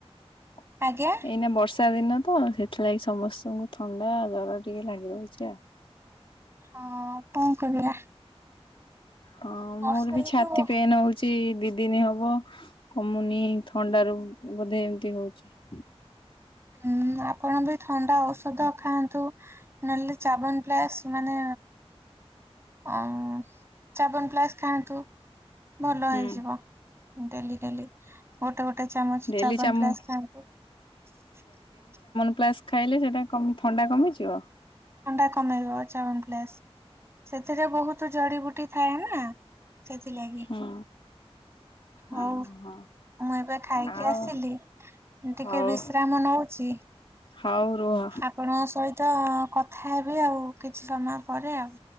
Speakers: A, on the left; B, on the right.
A: <inaudible>
B: ଆଜ୍ଞା
A: ଏଇନା ବର୍ଷା ଦିନ। ତ ସେଥିଲାଗି ସମସ୍ତଙ୍କୁ ଥଣ୍ଡା ଜର ଟିକେ ଲାଗି ରହୁଛି ଆଉ।
B: ହଁ କଣ କରିବା।
A: ହଁ ମୋର
B: ବର୍ଷା
A: ବି
B: ଏଇ
A: ଛାତି
B: ଯୋଉ
A: ପେନ ହଉଛି ଦି ଦି ଦିନ ହବ କମୁନି ଥଣ୍ଡା ରୁ ବୋଧେ ଏମିତି ହଉଛି। <inaudible>
B: ହୁଁ ଆପଣ ବି ଥଣ୍ଡା ଔଷଧ ଖାଆନ୍ତୁ। ନହେଲେ ଚାବନ ପ୍ଲାସ୍ ମାନେ ହ ଚାବନ୍ ପ୍ଲାସ୍ ଖାଆନ୍ତୁ। ଭଲ ହେଇଯିବ।
A: ହୁଁ।
B: ଡେଲି-' ଡେଲି ଗୋଟେ ଗୋଟେ ଚାମଚା
A: ଡେଲି
B: ଚାବନ
A: ଚାମୁ
B: ପ୍ଲାଶ ଖାଆନ୍ତୁ। <inaudible>
A: ପ୍ଲସ୍ ଖାଇଲେ ସେଟା କମି ଥଣ୍ଡା କମିଯିବ।
B: ଥଣ୍ଡା କମେଇବ ଚାବନ୍ ପ୍ଲାସ। ସେଥିରେ ବହୁତ ଜଡିିବୁଟି ଥାଏ ନା ସେଥିଲାଗି।
A: ହୁଁ
B: <inaudible> ହଉ
A: ହଁ ହଁ।
B: ମୁଁ ଏବେ ଖାଇକି
A: ଆଉ
B: ଆସିଲି ଟିକେ
A: ହଉ
B: ବିଶ୍ରାମ ନଉଛି।
A: ହଉ ରୁହ
B: ଆପଣଙ୍କ ସହିତ ତ କ କଥା ହେବି ଆଉ କି କିଛି ସମୟ ପରେ ଆଉ।